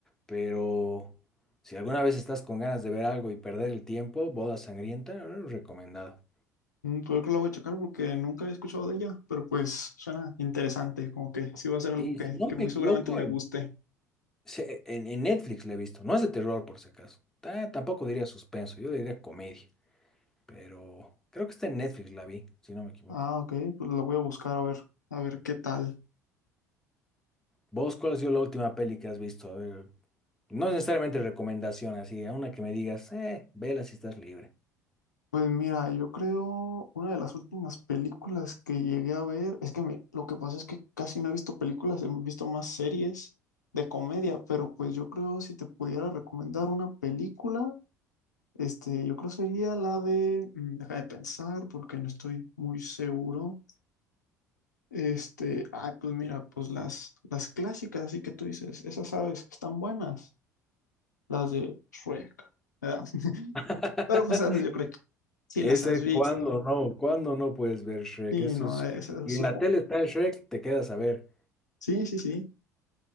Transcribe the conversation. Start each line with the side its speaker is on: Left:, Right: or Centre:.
Centre: pero si alguna vez estás con ganas de ver algo y perder el tiempo, Boda Sangrienta, eh, recomendada.
Left: Mm, Pues yo creo que la voy a checar porque nunca había escuchado de ella, pero pues suena interesante, como que sí va a ser algo
Centre: Y
Left: que,
Centre: si no
Left: que
Centre: me
Left: muy
Centre: equivoco,
Left: seguramente me
Centre: en,
Left: guste.
Centre: se- en- en Netflix la he visto. No es de terror, por si acaso. Ta- tampoco diría suspenso, yo diría comedia, pero creo que está en Netflix la vi, si no me equivoco.
Left: Ah, ok, pues la voy a buscar a ver, a ver qué tal.
Centre: ¿Vos cuál ha sido la última peli que has visto? A ver, no es necesariamente recomendación, así, a una que me digas, eh, vela si estás libre.
Left: Pues mira, yo creo una de las últimas películas que llegué a ver, es que me- lo que pasa es que casi no he visto películas, he visto más series de comedia, pero pues yo creo si te pudiera recomendar una película, este, yo creo sería la de, mm, déjame pensar porque no estoy muy seguro. Este, ay, pues mira, pues las, las clásicas, así que tú dices, esas aves que están buenas, las de Shrek, ¿verdad? <laughs>
Centre: <laughs>
Left: Pero pues esas yo creo que sí
Centre: Ese,
Left: las has visto.
Centre: cuando no? cuando no puedes ver Shrek?
Left: Sí,
Centre: Eso
Left: no,
Centre: es.
Left: esas,
Centre: Y
Left: supo-
Centre: en la tele está Shrek, te quedas a ver.
Left: sí, sí, sí.